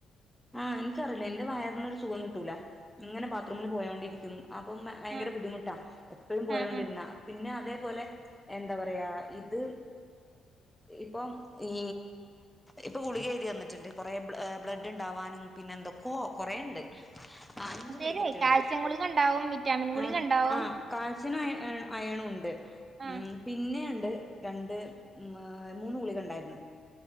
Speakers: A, in the centre; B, on the right.
A: ആഹ് എംക്കറില്ല എന്റെ വയറിന്നൊരു സുഖം കിട്ടൂല ഇങ്ങനെ ബാത്റൂമില് പോയോണ്ടി ക്കും അപ്പം ഭയങ്കര
B: ആഹ്
A: ബുദ്ധിമുട്ടാ എപ്പഴും പോയൊണ്ടിരുന്ന
B: ആഹ് ആഹ്
A: പിന്നെതേപോലെ എന്താ പറയാ ഇത് ഇപ്പൊം ഈ ഇപ്പൊ ഗുളിക എയ്തി അന്നിട്ടുണ്ട് കൊറെ ബ്ലഡ് ഡ്ണ്ടാവാനും പിന്നെന്തൊക്കോ കൊറേണ്ട് ആ അഞ്ച
B: ശരിയായി
A: ഗുളിക്കറ്റണ്ട്
B: കാൽസ്യം ഗുളിക ഉണ്ടാവും വിറ്റാമിൻ ഗുളിക
A: ആഹ്
B: ഉണ്ടാവും
A: ആഹ് കാൽസിനു അയ അയ് അയണുണ്ട്
B: ആഹ്
A: ഉം പിന്നെണ്ട് രണ്ട് മ മൂന്ന് ഗുളികൊണ്ടാരുന്നു